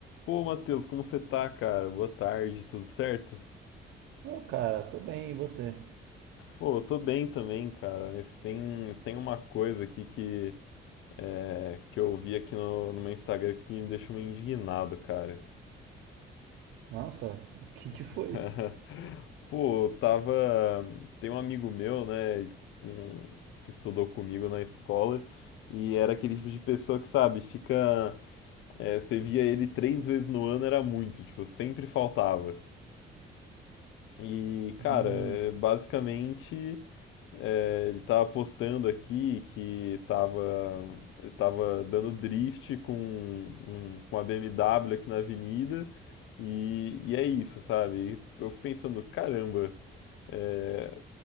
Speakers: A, on the left; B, on the right.
A: Pô, Matheus, como você tá, cara? Boa tarde, tudo certo?
B: Ô, cara, tô bem, e você?
A: Pô, eu tô bem também, cara. Mas Tem, tem uma coisa aqui que, é, que eu vi aqui no, no meu Instagram que me deixou meio indignado, cara.
B: Nossa, <laughs> o que que
A: <laughs>
B: foi?
A: Pô, eu tava. Tem um amigo meu, né, um- que estudou comigo na escola, e era aquele tipo de pessoa que, sabe, fica. é, você via ele três vezes no ano, era muito, tipo, sempre faltava. E, cara,
B: Hum,
A: é, basicamente. Ele tava postando aqui que tava, ele tava dando drift com, um, com uma BMW aqui na avenida e, e é isso, sabe? E eu fico pensando, caramba, é,